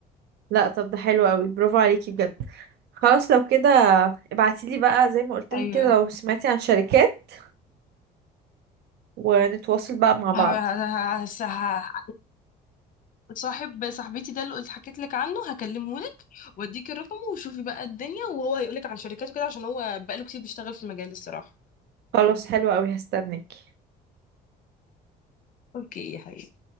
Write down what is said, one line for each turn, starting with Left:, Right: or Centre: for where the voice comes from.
Right: لا طب ده حلو قوي برافو عليكي بجد خلاص لو كده ابعتيلي بقى زي ما قلتلك
Left: ايوه
Right: كده لو سمعتي عن شركات ونتواصل بقى مع بعض
Left: ه- ه- ه- ه- صاحب صاحبتي ده اللي قلت حكيت لك عنه هكلمه لك واديك الرقم وشوفي بقى الدنيا وهو هيقولك عن شركاته كده عشان هو بقاله كتير بيشتغل في المجال الصراحة
Right: خلاص حلو قوي هستناكي
Left: اوكي يا حبيبي